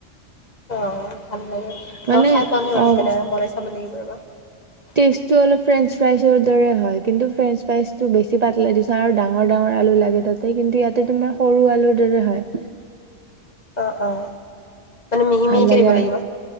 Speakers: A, on the left; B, on the right.
A: অ ভাল লাগে
B: মানে
A: মই খাই পোৱা নাই বাৰু
B: অ
A: তেনেকে বনাই চাব লাগিব ৰ'বা।
B: টেষ্টটো অলপ ফ্ৰেঞ্চ ফ্ৰাইজৰ দৰে হয় কিন্তু ফ্ৰেঞ্চ ফ্ৰাইজটো বেছি পাতলা দি তাৰ ডাঙৰ ডাঙৰ আলু লাগে তাতে কিন্তু ইয়াতে তোমাৰ সৰু আলুৰ দৰে হয়।
A: অ' অ 'মানে মিহি
B: ভাল
A: মিহিকে
B: লাগে
A: দিব
B: আৰু
A: লাগিব।